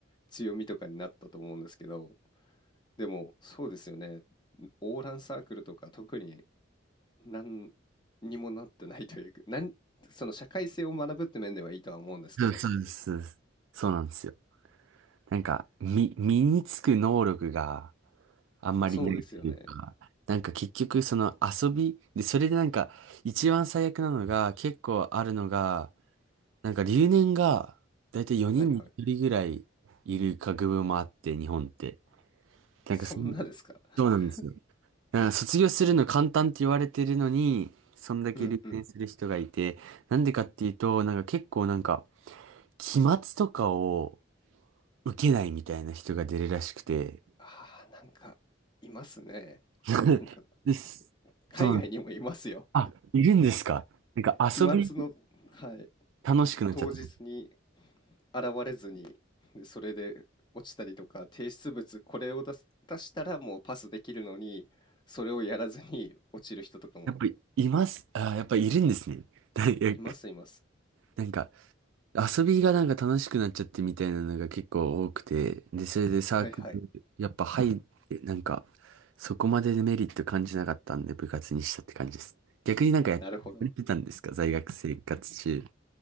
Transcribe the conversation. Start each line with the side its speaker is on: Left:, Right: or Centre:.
Left: 強みとかになったと思うんですけど、でも、そうですよね。オーランサークルとか特に何にもなってないというか、なんその社会性を学ぶって面ではいいとは思うんですけど。
Right: そうん。そうです、そうです。そうなんですよ。なんか、み、身につく能力があんまりないっていうか、
Left: そうですよね。
Right: なんか結局その遊び、で、それでなんか、一番最悪なのが、結構あるのが、なんか留年が、だいたい4人に1人ぐらいいる学部もあって、
Left: はいはい。
Right: 日本って。なんかその、
Left: そんなですか。<laughs>
Right: そうなんですよ。だから卒業するの簡単って言われてるのに、そんだけ留年する人がいて、
Left: うんうん。
Right: なんでかっていうと、なんか結構なんか、期末とかを受けないみたいな人が出るらしくて。
Left: ああ、なんか、いますね。
Right: <laughs>
Left: なんか、
Right: です。
Left: 海外にもいますよ。
Right: そう。あ、いるんですか。なんか遊び
Left: 期末の、はい。
Right: 楽しくなっちゃって。
Left: 当日に現れずに、で、それで落ちたりとか、提出物これを出す出したらもうパスできるのに、それをやらずに落ちる人とかも
Right: やっぱりいます。あー、やっぱりいるんですね。<laughs> だいや
Left: いますいます。
Right: なんか遊びがなんか楽しくなっちゃってみたいなのが結構多くて。で、それでサークル、
Left: はいはい、
Right: やっぱ入って、なんかそこまでメリット感じなかったんで部活にしたって感じです。逆になんかやってたんですか在学生活中。
Left: なるほど。